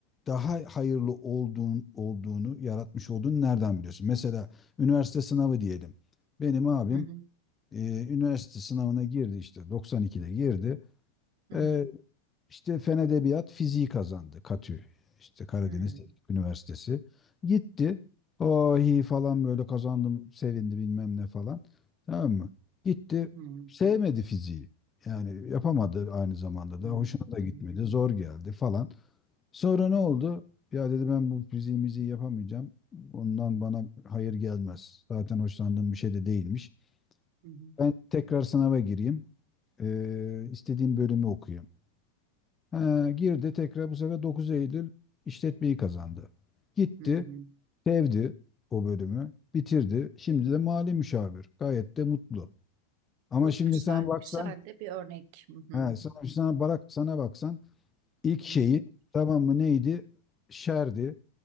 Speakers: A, on the left; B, on the right.
A: daha hayırlı olduğun, olduğunu yaratmış olduğunu nereden biliyorsun? Mesela üniversite sınavı diyelim. Benim abim
B: hı hı,
A: ee, üniversite sınavına girdi işte 92'de girdi.
B: hı
A: Ee,
B: hı,
A: işte Fen Edebiyat fiziği kazandı Katü işte Karadeniz
B: hı
A: Teknik Üniversitesi. Gitti. Ahi falan böyle kazandım sevindi bilmem ne falan. Tamam mı? Gitti
B: hı, hı hı,
A: sevmedi fiziği. Yani yapamadı aynı zamanda
B: hı
A: da hoşuna
B: hı,
A: da gitmedi zor geldi falan. Sonra ne oldu? Ya dedi ben bu fiziğimizi yapamayacağım. Ondan bana hayır gelmez. Zaten hoşlandığım bir şey de değilmiş.
B: hı hı,
A: Ben tekrar sınava gireyim. Ee, istediğim bölümü okuyayım. Ha, girdi tekrar bu sefer dokuz Eylül işletmeyi kazandı. Gitti,
B: hı hı.
A: sevdi o bölümü, bitirdi. Şimdi de mali müşavir. Gayet de mutlu. Ama
B: Çok
A: şimdi
B: güzel,
A: sen baksan,
B: güzel de bir örnek. Hı
A: he,
B: hı,
A: sana, sana, barak, sana baksan ilk şeyi
B: hı hı,
A: tamam mı neydi? Şerdi.